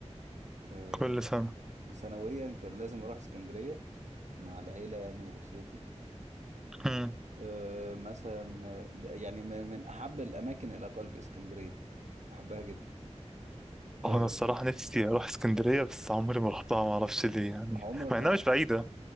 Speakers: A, on the right (about 85°); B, in the centre.
A: آه،
B: كل سنة
A: سنويا كان لازم اروح اسكندرية مع العيلة يعني واسرتي
B: مم.
A: آه، مثلا آه، د- يعني من من احب الاماكن الى قلبي اسكندرية بحبها جدا آه،
B: هو انا الصراحة نفسي اروح اسكندرية بس عمري ما رحتها ما اعرفش ليه يعني
A: عمرك
B: مع انها
A: ما رحتها
B: مش بعيدة